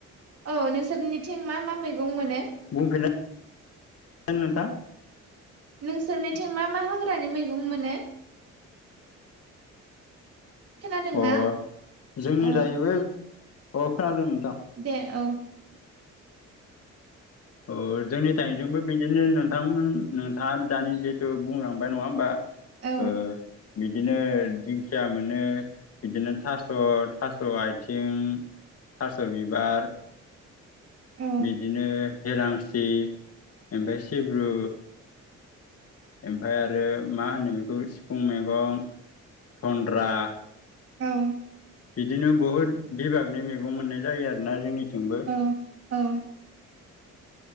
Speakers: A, on the right; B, on the left.
A: औ नोंसोरनिथिं मा मा मैगं मोनो?
B: बुंफिनला नोंथां।
A: नोंसोरनिथिं मा मा हाग्रानि मैगं मोनो? खोनादोंना
B: अ जोंनि
A: औ
B: जाहैबाय अ खोनादों। नोंथां
A: दे औ। <inaudible>
B: अ जोंनि थाइजोंबो बिदिनो नोंथांमोन नोंथाङा दानि जिथु बुंलांबाय नङा होमबा।
A: औ
B: ओ बिदिनो दिंखिया मोनो बिदिनो थास' थास' आथिं थास' बिबार
A: औ
B: बिदिनो हेेलांसि ओमफ्राय सिब्रु। ओमफाय आरो मा होनो बेखौ सिफुं मैगं थनन्द्रा ।
A: औ
B: बिदिनो बहुद बिभागनि मैगं मोननाय जायो आरोना जोंनिथिंबो ।
A: औ औ